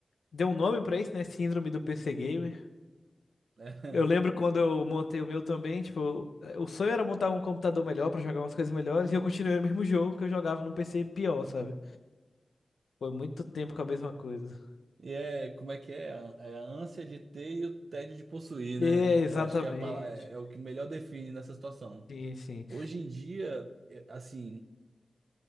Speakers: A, on the left; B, on the right.
A: deu um nome pra isso, né? Síndrome do PC Gamer.
B: né? <laughs>
A: Eu lembro quando eu montei o meu também, tipo, eh, o sonho era montar um computador melhor pra jogar umas coisas melhores e eu continuei o mesmo jogo que eu jogava num PC pior, sabe? Foi muito tempo com a mesma coisa.
B: E é, como é que é? É a ânsia de ter e o tédio de possuir,
A: É,
B: né?
A: exatamente.
B: Eu acho que é, a pala- é é o que melhor define nessa situação.
A: Sim, sim.
B: Hoje em dia, é, assim,